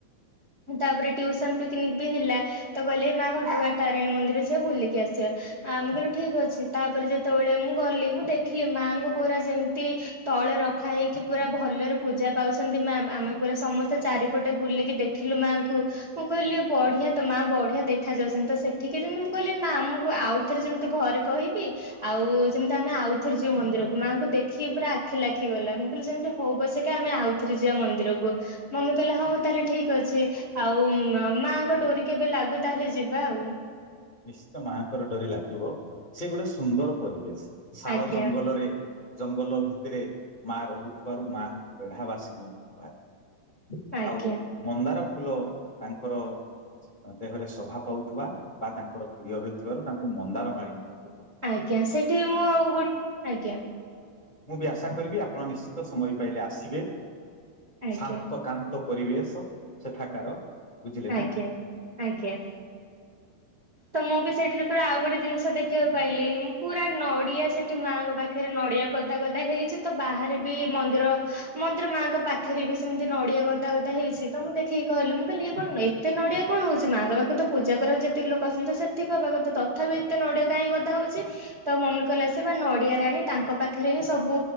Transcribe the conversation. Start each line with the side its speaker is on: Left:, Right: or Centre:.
Right: ମୁଁ ତାପରେ ଟ୍ୟୁସନ ପିକନିକ ବି ହେଲା ତ ଗଲେ ମା ଘଟଗାଁ ତାରିଣୀ ମନ୍ଦିର ଯିଆ ବୁଲିକି ଆସିବା। ଆମେ କହିଲୁ ଠିକ ଅଛି ତାପରେ ଯେତେବେଳେ ମୁଁ ଗଲି ମୁଁ ଦେଖିଲି ମାଆଙ୍କୁ ପୁରା ଯେମତି ତଳେ ରଖା ହେଇକି ପୁରା ଭଲରେ ପୂଜା ପାଉଛନ୍ତି ମା ଆମେ ପୁରା ସମସ୍ତେ ଚାରିପଟେ ବୁଲିକି ଦେ ଖିଲୁ ମାଆଙ୍କୁ ମୁଁ କହିଲି ବଢିଆ ତ ମା ବଢିଆ ଦେଖା ଯାଉଛନ୍ତି ତ ସେଠିକି ଯେମତି ମୁଁ କହିଲି ନା ମୁଁ ଆଉଥରେ ଯେମତି ଘରେ କହିବି ଆଉ ଯେମତି ଆମେ ଆଉ ଥରେ ଯିବୁ ମନ୍ଦିରକୁ ମାଆଙ୍କୁ ଦେଖି ପୁରା ଆଖିଲ ଲାଖିଗଲା ମୁଁ କହିଲି ଯେମତି ହୋଉ ପଛକେ ଆମେ ଆଉଥରେ ଯିବା ମନ୍ଦିରକୁ। ମମି କହିଲା ହୋଉ ତାହେଲେ ଠିକ ଅଛି ଆଉ ଉମ୍ ମାଆଙ୍କ ଡୋରି କେବେ ଲାଗୁ ତାହେଲେ ଯିବା ଆଉ।
Left: ନିଶ୍ଚିତ ମାଆଙ୍କର ଡୋରି ଲାଗିବ ସେ ଗୋଟେ ସୁନ୍ଦର ପରିବେଶ ଶାଳ
Right: ଆଜ୍ଞା
Left: ଜଙ୍ଗଲରେ ଜଙ୍ଗଲ ଭିତରେ ମାଆ ରହୁଥୁବାରୁ ମାଆଙ୍କୁ ବେଢା ବାସିନୀ ବି କୁହାଯାଏ।
Right: ଆଜ୍ଞା
Left: ଆଉ ମନ୍ଦାର ଫୁଲ ତାଙ୍କର ଦେହରେ ଶୋଭା ପାଉଥୁବା ବା ତାଙ୍କର ପ୍ରିୟ ହୋଇଥିବାରୁ ତାଙ୍କୁ ମନ୍ଦାର ମାଳିନୀ ମଧ୍ୟ କୁହା
Right: ଆଜ୍ଞା ସେଠି ମୁଁ ଆଉ ଗୋ ଆଜ୍ଞା।
Left: ମୁଁ ବି ଆଶା କରିବି ଆପଣ ନିଶ୍ଚିତ ସମୟ ପାଇଲେ ଆସିବେ
Right: ଆଜ୍ଞା
Left: ଶାନ୍ତ କାନ୍ତ ପରିବେଶ ସେଠାକାର। ବୁଝିଲେ ନା
Right: ଆଜ୍ଞା ଆଜ୍ଞା। ତ ମୁଁ ବି ସେଇଠି ଯେତେବେଳେ ଆଉ ଗୋଟେ ଜିନିଷ ଦେଖିବାକୁ ପାଇଲି ମୁଁ ପୁରା ନଡିଆ ସେଠି ମାଆଙ୍କ ପା ଖରେ ନଡିଆ ଗଦା ଗଦା ହେଇଚି ତ ବାହାରେ ବି ମନ୍ଦିର ମନ୍ଦିର ମାଆଙ୍କ ପା ପାଖରେ ବି ସେମତି ନଡିଆ ଗଦା ଗଦା ହେଇଛି ତ ମୁଁ ଦେଖିକି କିହିଲି ମୁଁ କହିଲି ଏ କଣ ଏତେ ନଡିଆ କଣ ହୋଉଛି ମାଆଙ୍କ ପା କୁ ତ ପୂଜା କରିବାକୁ ଯେତିକି ଲୋକ ଆସନ୍ତି ତ ସେତିକି ହବା କଥା ତଥାବି ଏତେ ନଡିଆ କାଇଁ ଗଦା ହୋଉଚି? ତ ମମି କହିଲେ ଆ ସେ ବା ନଡିଆରାଣୀ ତାଙ୍କ ପାଖରେ ହିଁ ସବୁ